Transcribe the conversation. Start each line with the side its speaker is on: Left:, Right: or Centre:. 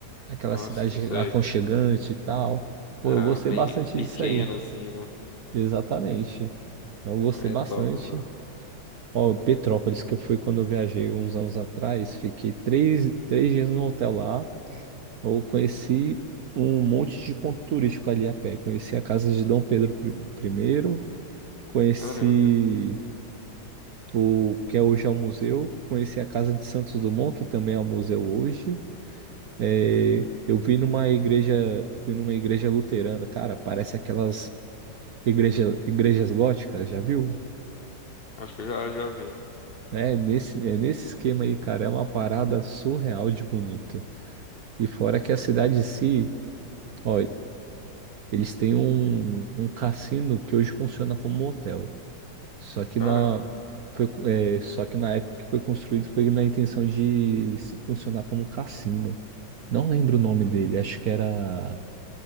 Right: Aquela
Left: Ah,
Right: cidade
Left: sim, isso
Right: aconchegante
Left: aí.
Right: e tal. Pô,
Left: É,
Right: eu gostei
Left: bem
Right: bastante
Left: pequena
Right: disso aí,
Left: assim, né?
Right: exatamente. Eu gostei bastante.
Left: É top, mano.
Right: Ó, Petrópolis, que eu fui quando eu viajei uns anos atrás, fiquei três, três dias no hotel lá, eu conheci um monte de ponto turístico ali a pé. Conheci a casa de Dom Pedro I, primeiro, conheci
Left: Caramba,
Right: o que é hoje é um museu, conheci a casa de Santos Dumont, que também é um museu hoje. É, eu vi numa igreja, fui numa igreja luterana, cara, parece aquelas igreja, igrejas góticas, já viu?
Left: acho que eu já, já vi.
Right: É nesse, é nesse esquema aí, cara. É uma parada surreal de bonito. E fora que a cidade em si, ó, eles têm um, um cassino que hoje funciona como um hotel. Só que
Left: Caramba.
Right: na, foi, co- é, só que na época que foi construído foi na intenção de se- funcionar como cassino. Não lembro o nome
Left: Hum.
Right: dele, acho que era.